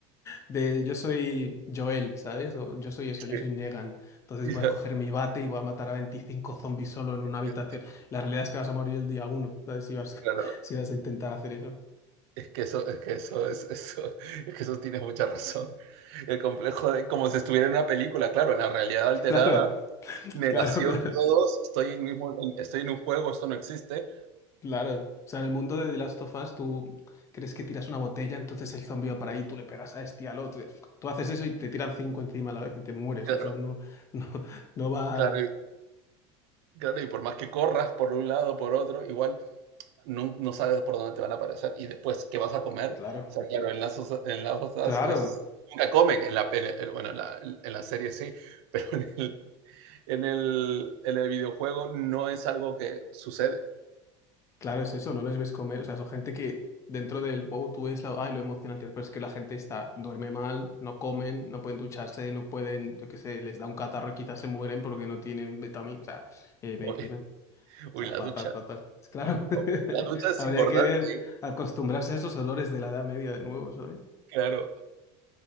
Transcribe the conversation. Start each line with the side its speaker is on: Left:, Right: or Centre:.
Left: de yo soy Joel, ¿sabes? O yo soy eso,
Right: Sí,
Left: yo soy
Right: <laughs>
Left: Negan. Entonces
Right: Y
Left: voy
Right: ya,
Left: a coger mi bate y voy a matar a 25 zombies solo en una
Right: eh,
Left: habitación. La realidad es que vas a morir el día uno, ¿sabes? Si vas,
Right: claro,
Left: <laughs> si vas a intentar hacer eso.
Right: es que eso, es que eso, es eso, es que eso tienes mucha razón. El complejo de como si estuviera en una película, claro, en la realidad alterada,
Left: <laughs> Claro,
Right: negación
Left: claro, claro,
Right: todos, estoy en, mismo, en- estoy en un juego, esto no existe.
Left: claro. O sea, en el mundo de The Last of Us, tú crees que tiras una botella, entonces el zombie va para ahí, tú le pegas a este y al otro. Tú haces eso y te tiran cinco encima a la vez y te mueres.
Right: Claro,
Left: O sea, no, <laughs> no, no va.
Right: claro, Claro, y por más que corras por un lado, por otro, igual no, no sabes por dónde te van a aparecer y después qué vas a comer.
Left: Claro,
Right: O sea, claro, en las, osa- en las cosas
Left: claro.
Right: es, nunca comen, en la, en el- bueno, en la, en la serie sí, <laughs> pero en el, en, el, en el videojuego no es algo que sucede.
Left: Claro, es eso, no les ves comer. O sea, son gente que dentro del juego tú ves la, ay, lo emocionante, pero es que la gente está, duerme mal, no comen, no pueden ducharse, no pueden, yo qué sé, les da un catarro y quizás se mueren porque no tienen vitaminas, o sea, eh, medicinas.
Right: Uy,
Left: O
Right: uy,
Left: sea,
Right: la
Left: fatal,
Right: ducha.
Left: fatal. Es Claro, <laughs>
Right: ok, La ducha es
Left: habría
Right: importante,
Left: que ver,
Right: ¿eh?
Left: acostumbrarse a esos olores de la Edad Media de nuevo, ¿sabes?
Right: claro.